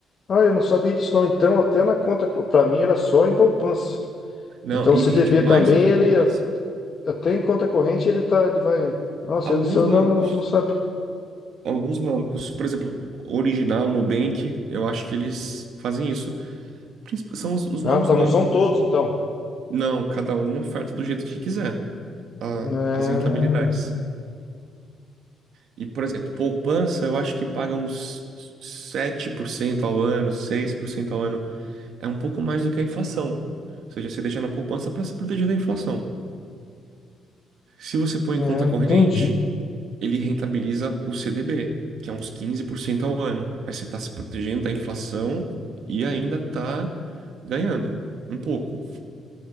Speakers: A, on the left; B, on the right.
A: Ah, eu não sabia disso não. Então, até na conta, para mim era só em poupança.
B: Não,
A: Então,
B: e
A: o CDB
B: rende mais
A: também,
B: do que
A: ele
B: a poupança.
A: a- até em conta corrente ele tá, ele vai. Nossa,
B: Alguns
A: ele eu
B: bancos,
A: já não, não sabe.
B: alguns bancos, por exemplo, Original, Nubank, eu acho que eles fazem isso. Princip- São os, os
A: Ah,
B: novos
A: tá,
B: bancos,
A: não são todos
B: né?
A: então.
B: Não, cada um oferta do jeito que quiser a-
A: É,
B: as rentabilidades. E, por exemplo, poupança, eu acho que paga uns 7% ao ano, 6% ao ano. É um pouco mais do que a inflação. Ou seja, você deixa na poupança para se proteger da inflação. Se você põe
A: é,
B: em conta corrente,
A: entendi.
B: ele rentabiliza o CDB, que é uns 15% ao ano. Aí você está se protegendo da inflação e ainda está ganhando um pouco.